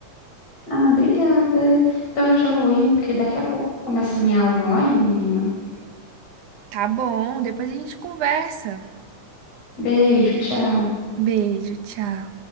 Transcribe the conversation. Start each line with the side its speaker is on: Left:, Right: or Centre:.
Left: Ah, obrigada. Então eu já vou indo, porque daqui a pouco começa a minha aula online, menina.
Right: Tá bom, depois a gente conversa.
Left: Beijo, tchau.
Right: Beijo, tchau.